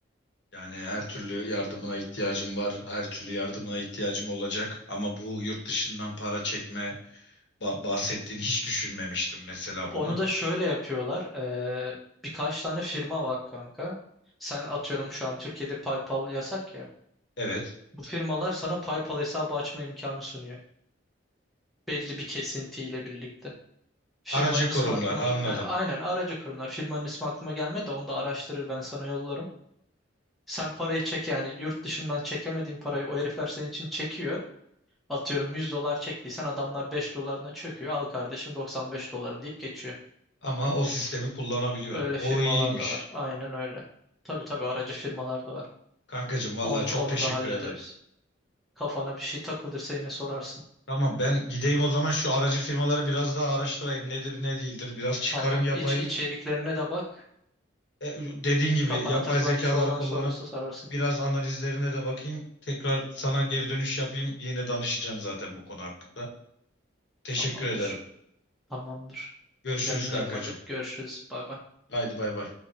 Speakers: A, on the left (about 60°); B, in the centre.
A: Yani her türlü yardımına ihtiyacım var. Her türlü yardımına ihtiyacım olacak. Ama bu yurt dışından para çekme ba- bahsettiğin hiç düşünmemiştim mesela
B: Onu
A: bunu.
B: da şöyle yapıyorlar. eee, birkaç tane firma var kanka. Sen atıyorum şu an Türkiye'de PayPal yasak ya.
A: Evet.
B: Bu firmalar sana PayPal hesabı açma imkanı sunuyor. Belli bir kesintiyle birlikte. Firmanın
A: Aracı
B: ismi
A: kurumlar
B: aklıma...
A: anladım.
B: E, Aynen aracı kurumlar. Firmanın ismi aklıma gelmedi de onu da araştırır ben sana yollarım. Sen parayı çek yani yurt dışından çekemediğin parayı o herifler senin için çekiyor. Atıyorum 100 dolar çektiysen adamlar 5 dolarına çöküyor. Al kardeşim 95 doların deyip geçiyor.
A: Ama o sistemi kullanabiliyorum.
B: Öyle
A: O
B: firmalar
A: iyiymiş.
B: da var. Aynen öyle. Tabii tabii aracı firmalar da var.
A: Kankacığım vallahi
B: Onu,
A: çok
B: onu
A: teşekkür
B: da hallederiz.
A: ederim.
B: Kafana bir şey takılırsa yine sorarsın.
A: Tamam ben gideyim o zaman şu aracı firmaları biraz daha araştırayım. Nedir ne değildir. Biraz çıkarım
B: Tamam.
A: yapayım.
B: iç içeriklerine de bak.
A: E, dediğin gibi
B: Kafana
A: yapay
B: takılan
A: zekaları
B: bir şey olan
A: kullanıp
B: sorarsa sorarsın.
A: biraz analizlerine de bakayım. Tekrar sana geri dönüş yapayım. Yine danışacağım zaten bu konu hakkında. Teşekkür
B: Tamamdır.
A: ederim.
B: Tamamdır.
A: Görüşürüz
B: Canım
A: kankacığım.
B: yerim hadi. Görüşürüz. Bay bay.
A: Haydi bay bay.